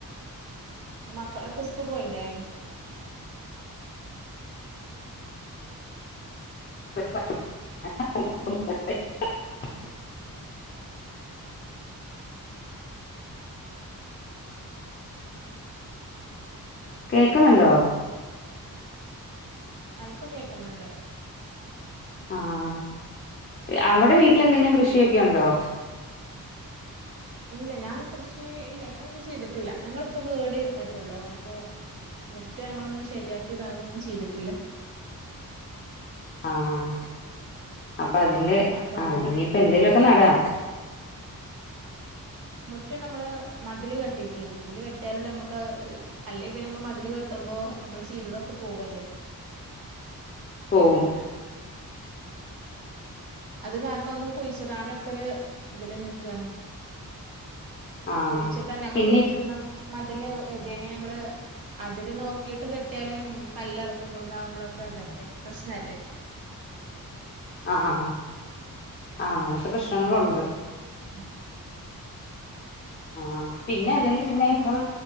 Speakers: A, on the right; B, on the left.
A: മക്കളൊക്കെ സ്ക്കു പോയില്ലേ?
B: <unintelligible> കേക്ക്ന്ന്ണ്ടോ?
A: ആഹ് ഇപ്പോ കേക്ക്ന്ന്ണ്ട്.
B: ആഹ് അവടെ വീട്ടില് എന്തെങ്കിലും കൃഷിയൊക്കെണ്ടോ?
A: ഇല്ല ഞാൻ കൃഷി ഇല്ല ഞാനൊന്നും ചെയ്തിട്ടില്ല ഞങ്ങളിപ്പോ വീട്ര്ന്ന്ട്ടൊള്ളൂ അപ്പൊ മുറ്റ അമ്മളൊന്ന് ശെര്യാക്ക്യതാ അതൊന്നും ചെയ്തിട്ടില്ല.
B: ആഹ് അപ്പൊ അതിന്റെ
A: അപ്പൊ അത്
B: ആഹ് ഇനിയിപ്പ എന്തേലൊക്കെ നടാം
A: റ്റം നമ്മള് മതില് കെട്ടീട്ടില്ല മതില് കെട്ട്യാലലെ അമ്മക്കത് അല്ലെ പിന്നമ്മള് മതില് കെട്ടുമ്പോ നമ്മള് ചെയ്തതൊക്കെ പോവല്ലേ
B: പോവും
A: അത് കാരണം ഒന്നും കുഴിച്ചിടാനൊക്കൊര് ഇതില് നിക്കാണ്.
B: ആഹ്
A: കുയിച്ചിട്ടാ നമ്മള്
B: പിന്നെ
A: കുയിച്ച്ടുന്ന മ തില് ഏതേനേം നമ്മള് അതിര് നോക്കിയിട്ട് കെട്ടിയാലും കല്ല് എറക്കുമ്പോളിതാകുമ്പോളൊക്കെ ഒണ്ടല്ലോ ഏഹ് പ്രശ്നല്ലേ?
B: അഹ് ആഹ് ആഹ് അങ്ങനത്തെ പ്രശ്നങ്ങളൊണ്ട്.
A: ഉം
B: ആഹ് പിന്നെ അല്ലെങ്കിൽ പിന്നെ ഇപ്പം